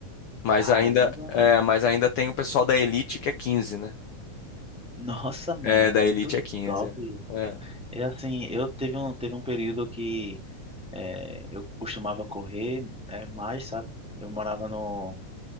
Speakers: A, on the left (about 70°); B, in the centre.
A: Mas
B: Caramba.
A: ainda, é, mas ainda tem o pessoal da elite que é 15, né?
B: Nossa, mano,
A: É,
B: é
A: da
B: muito
A: Elite é quinze.
B: top.
A: É. É.
B: É assim, eu teve um, teve um período que é, eu costumava correr é, mais, sabe? Eu morava no,